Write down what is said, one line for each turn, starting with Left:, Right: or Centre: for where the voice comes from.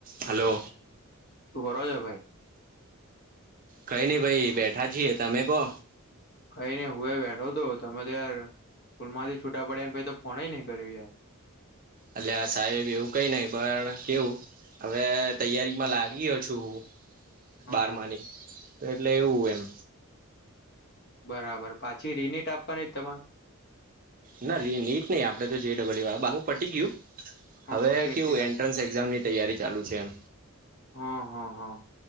Right: Hello
Left: તું બરો છે ભાઈ
Right: કઈ નઈ ભાઈ બેઠા છીએ તમે કો
Left: અહી ને હું એ બેઠો હતો તમે તયાર સ્કૂલ માંથી છૂટા પડ્યા ને પછ તો ફોન નહી કર્યું યાર
Right: એટલે આ સાહેબ એવું કઈ નઈ પણ કેવું હવે તૈયારીમાં લાગીયો છું હું
Left: હા
Right: બારમાની
Left: હા
Right: તો એટલે એવું એમ
Left: બરાબર પાછી રિનટ આપવાની તમારે
Right: ના ર નીટ નહી આપડે તો જેડબલ્યુ વાળ બાું પટી ગયું
Left: હા
Right: હવે
Left: હા ફેરથી
Right: કેવું
Left: ના
Right: એન્ટ્રન્સ એક્ઝામની તૈયારી ચાલુ છે એમ
Left: હમ હ હા